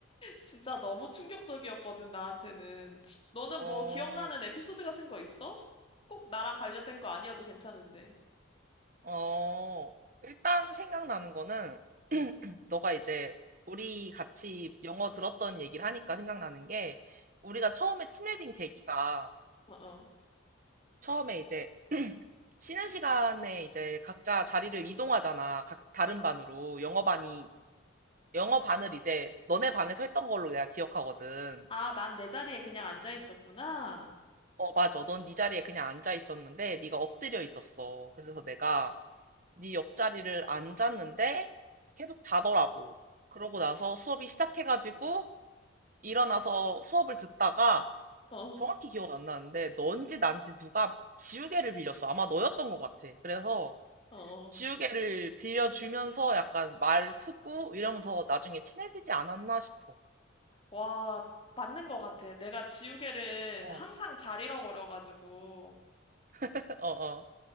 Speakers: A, on the left (about 25°); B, on the right (about 40°).
A: 진짜 너무 충격적이었거든, 나한테는. 너는
B: 어,
A: 뭐 기억나는 에피소드 같은 거 있어? 꼭 나랑 관련된 거 아니어도 괜찮은데.
B: 어. 일단 생각나는 거는, 너가 이제 우리 같이 영어 들었던 얘기를 하니까 생각나는 게, 우리가 처음에 친해진 계기가
A: 어, 어.
B: 처음에 이제 <clears throat> 쉬는 시간에 이제 각자 자리를 이동하잖아. 각 다른 반으로. 영어 반이, 영어 반을 이제 너네 반에서 했던 걸로 내가 기억하거든.
A: 아, 난 내 자리에 그냥 앉아 있었구나.
B: 어, 맞아. 넌 네 자리에 그냥 앉아 있었는데 네가 엎드려 있었어. 그래서 내가 네 옆자리를 앉았는데 계속 자더라고. 그러고 나서 수업이 시작해가지고 일어나서 수업을 듣다가
A: 어,
B: 정확히 기억은 안 나는데 넌지 난지 누가 지우개를 빌렸어. 아마 너였던 것 같아. 그래서
A: 어. 어.
B: 지우개를 빌려주면서 약간 말 트고 이러면서 나중에 친해지지 않았나 싶어.
A: 와, 맞는 것 같아. 내가 지우개를
B: 어,
A: 항상 잘 잃어버려가지고.
B: <laughs> 어, 어.